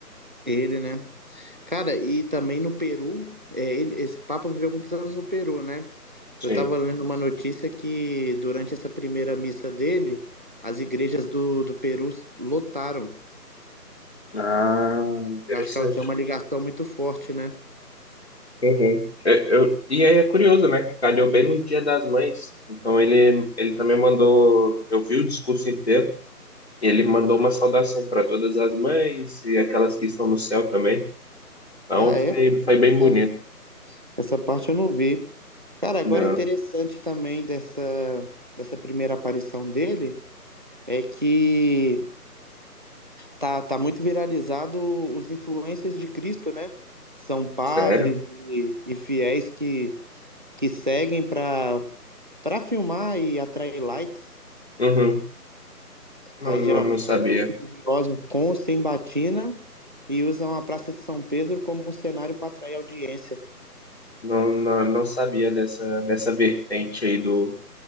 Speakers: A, on the right; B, on the left.
A: Ele, né? Cara, e também no Peru, é, ele, esse Papa viveu muitos anos no Peru, né?
B: Sim.
A: Eu estava lendo uma notícia que durante essa primeira missa dele, as igrejas do, do Peru lotaram.
B: Ah, interessante.
A: Eu acho que ela tem uma ligação muito forte, né?
B: Uhum. Eu, eu- e aí é curioso, né? Que calhou bem no Dia das Mães. Então ele, ele também mandou. Eu vi o discurso inteiro. e Ele mandou uma saudação para todas as mães e aquelas que estão no céu também. Então
A: Ah,
B: foi,
A: é?
B: foi bem bonito.
A: É. Essa parte eu não vi. Cara,
B: Não,
A: agora interessante também dessa, dessa primeira aparição dele é que tá, tá muito viralizado os influencers de Cristo, né? São padres
B: sério?
A: e, e fiéis que, que seguem para para filmar e atrair likes.
B: Uhum. Não,
A: Aí
B: não,
A: geralmente
B: não sabia.
A: são religiosos com ou sem batina e usam a Praça de São Pedro como cenário para atrair audiência.
B: Não, não, não sabia dessa, dessa vertente aí do,